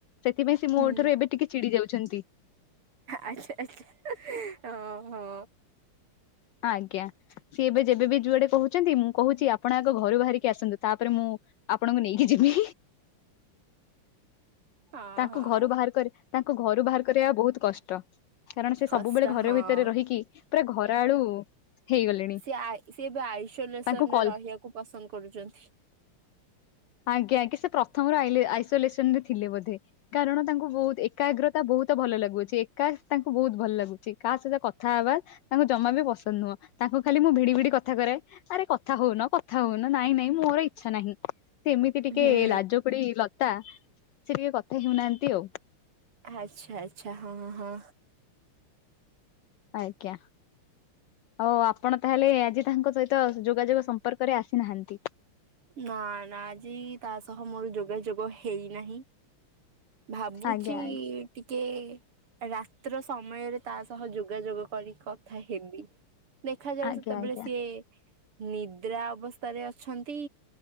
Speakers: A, on the left (about 80°); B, on the right (about 80°).
A: ସେଥିପାଇଁ ସେ ମୋ
B: ହୁଁ
A: ଠାରୁ ଏବେ ଟିକେ ଚିଡି ଯାଉଛନ୍ତି।
B: ଆଚ୍ଛା ଆଛା ହଁ ହଁ।
A: ଆଜ୍ଞା ସିଏ ଏବେ ଯେବେ ବି ଯୁଆଡେ କହୁଛନ୍ତି ମୁଁ କହୁଛି ଆପଣ ଆ ଘରୁ ବାହାରି କି ଆସନ୍ତୁ ତାପରେ ମୁଁ ଆପଣଙ୍କୁ ନେଇକି ଯିବି।
B: ହଁ
A: ତାଙ୍କୁ
B: ହଁ
A: ଘରୁ ବାହାର କରି ତାଙ୍କୁ ଘରୁ ବାହାର କରିବା ବହୁତ କଷ୍ଟ। କାରଣ ସେ
B: କଷ୍ଟ
A: ସବୁବେଳେ ଘରେ
B: ହଁ।
A: ଭିତରେ ରହିକି ପୁରା ଘରା ଆଳୁ। ହେଇଗଲେଣି
B: ସେ ସେ ଏବେ ଆଇସୋଲେସନରେ
A: ତାଙ୍କୁ କଲ୍
B: ରହିବାକୁ ପସନ୍ଦ କରୁଛନ୍ତି।
A: ଆଜ୍ଞା ଆଜ୍ଞା ସେ ପ୍ରଥମରୁ ଆଇସୋଲେସନ ରେ ଥିଲେ ବୋଧେ କାରଣ ତାଙ୍କୁ ବହୁତ ଏକାଗ୍ର ବହୁତ ଭଲ ଲାଗୁଛି ଏକା ତାଙ୍କୁ ବହୁତ ଭଲ ଲାଗୁଛି କାହା ସହିତ କଥା ହେବା। ତାଙ୍କୁ ଜମା ବି ପସନ୍ଦ ନୁହଁ। ତାଙ୍କୁ ଖାଲି ମୁଁ ଭିଡି ଭିଡି କଥା କରାଏ, ଆରେ କଥା ହୋଉନ କଥା ହୋଉନ ନାଇଁ ନାଇଁ ମୋର ଇଚ୍ଛା ନାହିଁ। ସେ ଏମିତି ଟିକେ
B: ହୁଁ।
A: ଲାଜକୁଡି ଲତା ସେ ଟିକେ କଥା ହେଉନାହାନ୍ତି ଆଉ।
B: ଆଚ୍ଛା ଆଚ୍ଛା ହଁଁ ହଁ।
A: ଆଜ୍ଞା ଆଉ ଆପଣ ତାହେଲେ ଆଜି ତାଙ୍କ ସହି ତ ଯୋଗାଯୋଗ ସମ୍ପର୍କରେ ଆସିନାହାନ୍ତି।
B: ନା ନା ଆଜି ତା ସହ ମୋର ଯୋଗାଯୋଗ ହେଇନାହିଁ। ଭାବୁଛି
A: ଆଜ୍ଞା ଆଜ୍ଞା।
B: ଟିକେ ରାତ୍ର ସମୟରେ ତା ସହ ଯୋଗାଯୋଗ କରି କଥା ହେବି। ଦେଖାଯାଉ
A: ଆଜ୍ଞା
B: ସେତେବେଳେ
A: ଆଜ୍ଞା
B: ସିଏ ନିଦ୍ରା ଅବସ୍ଥାରେ ଅଛନ୍ତି